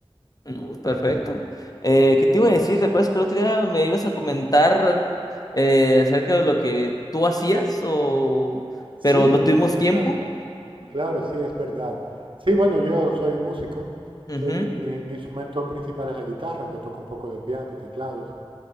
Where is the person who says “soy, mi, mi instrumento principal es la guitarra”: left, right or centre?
Right